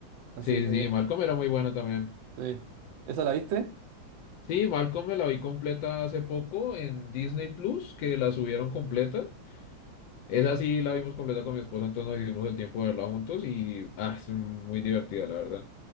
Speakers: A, on the right; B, on the left.
A: Así
B: Sí,
A: que,
B: sí, Malcolm era muy buena también.
A: sí. ¿Esa la viste?
B: Sí, Malcolm me la vi completa hace poco en Disney Plus, que la subieron completa. Esa sí la vimos completa con mi esposa, entonces nos hicimos el tiempo de verla juntos y ah, es muy divertida, la verdad.